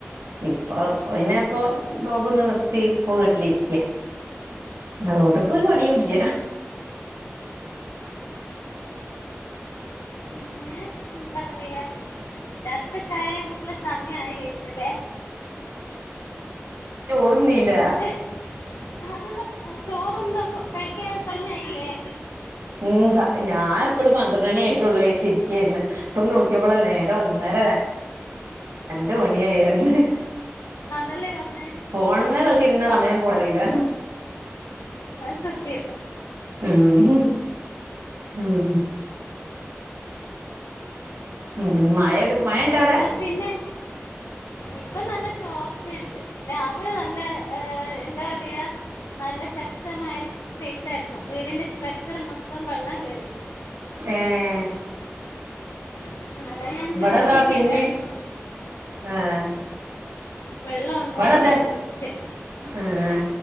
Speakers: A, on the right; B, on the left.
A: ഇപ്പ പ്പിന്നെപ്പം നോമ്പ് നിർത്തിപ്പോ വീട്ടിലിര് ക്ക്യ. അതോണ്ട് ഇപ്പൊ ഒരു പണിയു ഇല്ല.
B: പിന്നെ എന്താ പറയാ ജട്ത്ത ചായ കുടിക്കിള്ള സമയ ആയി വരുന്ന് ല്ലേ
A: ചോറുന്നീല്ല
B: എ ഫുഡ്‌ <unintelligible> കഴിക്ക സമയ ആയില്ലേ?
A: ഉം സ ഞാൻ ഇപ്പളും പന്ത്രണ്ടണിയായിട്ടൊള്ളൂ ഏച്ച് ഇര്ക്ക്യായായിര്ന്ന്. ഇപ്പൊ നോക്കിയപ്പളല്ലെ നേരം ഒന്നേ <unintelligible> രണ്ട് മണിയായിയന്ന്
B: അതല്ലേ പറഞ്ഞേ
A: ഫോണ് മ്മേ കൾച്ചിര്ന്ന സമയം പോ അറീല.
B: അഹ് സത്യം
A: ഉം ഉം ഉം ഉം മഴ പെയ്ത് മഴ ഇണ്ടാ
B: എന്നാ
A: അവിടെ?
B: പിന്നെ ഇപ്പൊ നല്ല ചോർച്ചയുണ്ട് രാവിലെ നല്ല ഏഹ് എന്താ പറയാ നല്ല ശക്തമായ പെയ്ത്തായിരുന്നു, വീടിന്റെ പരിസരം മൊത്തം വെള്ളം കേറി.
A: ഏഹ്
B: ഉം, അതാ ഞാൻ
A: ഇവിടതാ
B: ചോദിക്കാൻ
A: പിന്നേം
B: കാരണം
A: ആഹ്
B: വെള്ളം ഒണ്ടോന്നൊക്കെ
A: ഇവിടെത്
B: ചോദിച്ച്
A: ആഹ്